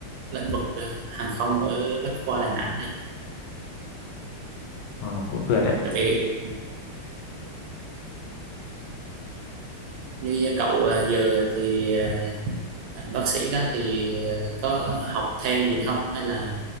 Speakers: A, on the right; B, on the left.
A: lĩnh vực hàng không ở Bách Khoa Đà Nẵng này
B: ờ, cũng tuyệt đấy.
A: tại vì như cậu à, giờ thì à, bác sĩ đó thì có học thêm gì nữa không hay là